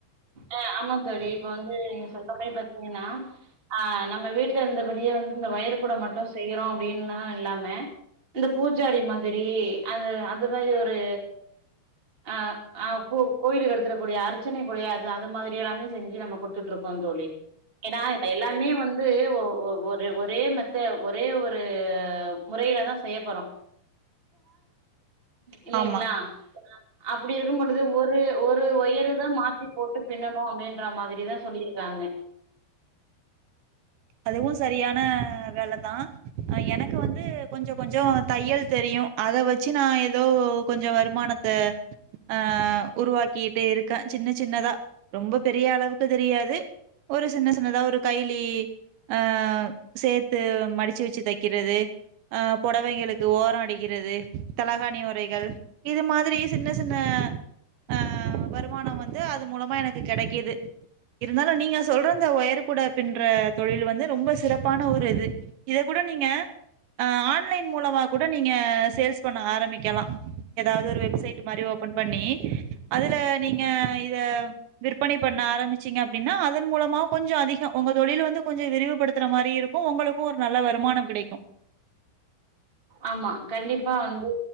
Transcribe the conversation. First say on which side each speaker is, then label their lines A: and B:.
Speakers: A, on the right; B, on the right.
A: ஆஹ் ஆமா தோழி இப்ப வந்து நீங்க சொல் மாரி பாத்தீங்கன்னா ஆஹ் நம்ம வீட்டுல இருந்தபடியே வந்து இந்த ஒயறு கூட மட்டும் செய்யறோ அப்டின்தா இல்லாம இந்த பூச்சாடி மாரி அது அந்த மாரி ஒரு ஆஹ் ஆஹ் பூ கோயிலுக்கு எடுத்துடக்கூடிய அர்ச்சனை கூடைய அது மாரி எல்லாமே செஞ்சு நம்ம குடுத்துட்டு இருக்கோ தோழி ஏன்னா எல்லாமே வந்து ஒ ஒ ஒரே மத்த ஒரே ஒரு முறையிலதா செய்யப்பறோ இல்லைங்களா
B: ஆமா
A: அப்டி இருக்கு பொழுது ஒரு ஒரு ஒயரு தா மாத்தி போட்டு பின்னணும் அப்டின்ற மாரிதா சொல்லியிருக்காங்க.
B: இதுவு சரியான வேல தா அஹ் எனக்கு வந்து கொஞ்ச கொஞ்சோ தையல் தெரியு அத வச்சு நா எதோ கொஞ்ச வருமானத்த ஆஹ் உருவாக்கிகிட்டு இருக்க சின்ன சின்னதா ரொம்ப பெரிய அளவுக்கு தெரியாது ஒரு சின்ன சின்னதா ஒரு கைலி ஆஹ் சேர்த்து மடிச்சு வச்சு தக்கிறது ஆஹ் பொடவைங்களுக்கு ஓர அடிக்கிறது தலகாணி உரைகள் இது மாதிரி சின்ன சின்ன ஆஹ் வருமான வந்து அது மூலமா எனக்கு கெடைக்குது இருந்தாலு நீங்க சொல்ற அந்த வயர் கூட பிண்ற தொழிலு வந்து ரொம்ப சிறப்பான ஒரு இது இதக் கூட நீங்க அஹ் ஆன்லைன் மூலமாக கூட நீங்க சேல்ஸ் பண்ண ஆரம்மிக்கலா எதாவ்து ஒரு வெப்சைட்டு மாரி ஓப்பன் பண்ணி அதுல நீங்க இத விற்பனை பண்ண ஆரம்மிச்சிங்க அப்டின்னா அதன் மூலமாக கொஞ்ச அதிக ஒங்க தொழில் வந்து கொஞ்ச விரிவுபடுத்துற மாரி இருக்கு ஒங்களுக்கு ஒரு நல்ல வருமானம் கிடைக்கு
A: ஆமா கண்டிப்பா வந்து